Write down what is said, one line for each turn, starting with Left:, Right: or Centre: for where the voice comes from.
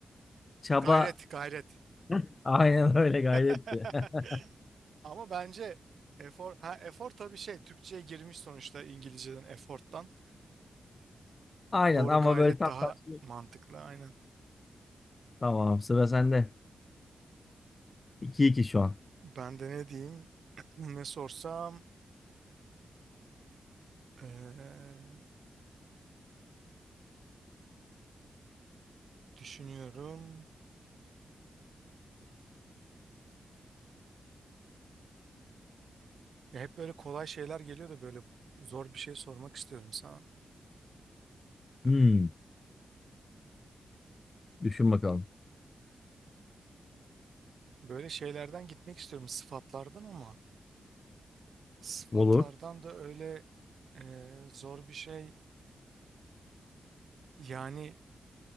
Left: Çaba
Right: Gayret, gayret.
Left: <laughs> aynen öyle gayretti.
Right: <laughs>
Left: <laughs>
Right: Ama bence efor, ha efor tabii şey Türkçe'ye girmiş sonuçta İngilizceden efforttan.
Left: Aynen
Right: Doğru
Left: ama
Right: gayret
Left: böyle tam
Right: daha
Left: karşılığı.
Right: mantıklı aynen.
Left: Tamam sıra sende. 2 iki şu an.
Right: Ben de ne diyeyim? <clears throat> Ne sorsam Ee, düşünüyorum. Ya hep böyle kolay şeyler geliyor da böyle zor bir şey sormak istiyorum sana.
Left: Hmm,
Right: Ee,
Left: düşün bakalım.
Right: böyle şeylerden gitmek istiyorum sıfatlardan ama. Sıfatlardan
Left: Olur.
Right: da öyle e, zor bir şey. Yani